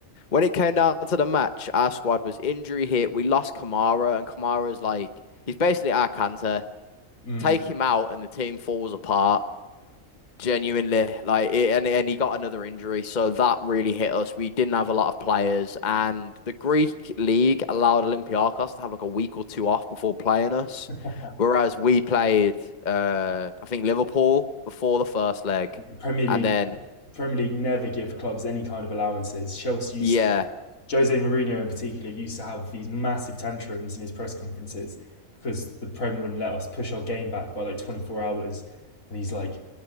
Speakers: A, on the left; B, on the left.
A: when it came down to the match, our squad was injury hit. We lost Kamara, and Kamara's like, he's basically our Kante.
B: Mm.
A: Take him out, and the team falls apart. Genuinely, like, it, and and he got another injury, so that really hit us. We didn't have a lot of players, and the Greek league allowed Olympiacos to have like a week or two off before playing us,
B: <laughs>
A: whereas we played, uh, I think Liverpool before the first leg,
B: Premier League
A: and then
B: Premier League never give clubs any kind of allowances. Chelsea used
A: yeah,
B: Jose Mourinho in particular used to have these massive tantrums in his press conferences because the Prem wouldn't let us push our game back by like 24 hours. And he's like,